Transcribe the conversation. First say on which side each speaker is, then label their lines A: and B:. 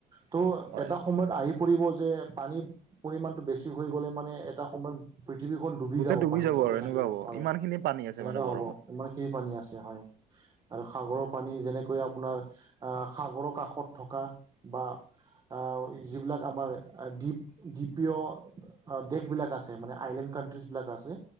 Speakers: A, on the right; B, on the right.
A: ত'
B: হয়
A: এটা সময়ত আহি পৰিব যে পানীৰ পৰিমাণটো বেছি হৈ গ'লে মানে এটা সময়ত পৃথিৱীখন ডুবি
B: গোটেই
A: যাব পানীৰ তলতে
B: আৰু
A: থাকিব
B: এনেকুৱা হ'ব
A: হয়
B: ইমান খিনি পানী আছে
A: সেনেকুৱা
B: মানে
A: হ'ব।
B: বৰফত
A: ইমানখিনি পানী আছে হয় আৰু সাগৰৰ পানী যেনেকৈ আপোনাৰ আহ সাগৰৰ কাষত থকা বা আহ যিবিলাক আমাৰ দীপ-দ্বীপীয় দেশবিলাক আছে মানে আইলেণ্ড কাণ্ট্ৰিজবিলাক আছে।